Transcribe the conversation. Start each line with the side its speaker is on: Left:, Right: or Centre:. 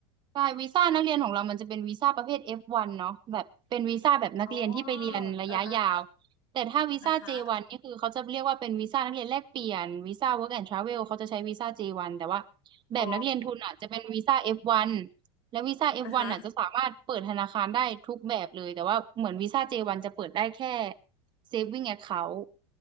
Right: ใช่วีซ่านักเรียนของเรามันจะเป็นวีซ่าประเภท F1 เนาะแบบเป็นวีซ่าแบบนักเรียนที่ไปเรียนระยะยาว
Left: อ๋ออ่าอ่า
Right: แต่ถ้าวีซ่า
Left: อ่าฮะ
Right: J1 นนี่คือเขาจะเรียกว่าเป็นวีซ่านักเรียนแลกเปลี่ยนวีซ่า Work and Travel เขาจะใช้วีซ่า J1 แต่ว่าแบบนักเรียนทุนอ่ะจะเป็นวีซ่า
Left: อ๋อ
Right: F1 และวีซ่า F1
Left: อ่าฮะ
Right: อฟวันอ่ะจะสามารถเปิดธนาคารได้ทุกแบบเลยแต่ว่าเหมือนวีซ่า J1 จวันจะเปิดได้แค่ Saving Account